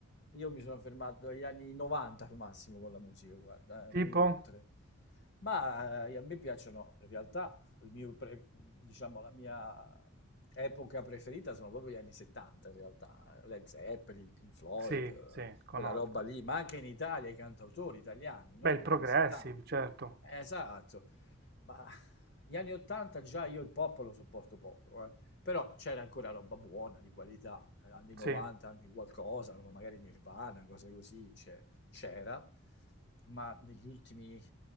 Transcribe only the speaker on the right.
Tipo?
Sì,
sì, conosco.
Beh,
il
Progressive,
certo.
Sì,